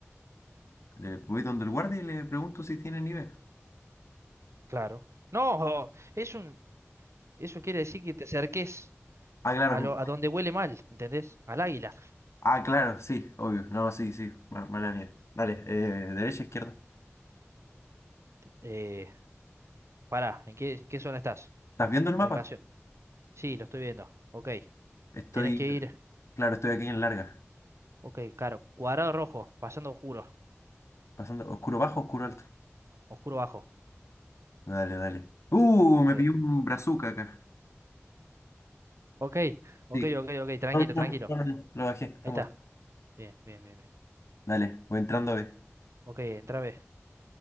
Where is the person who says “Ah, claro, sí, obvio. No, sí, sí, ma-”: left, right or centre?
Left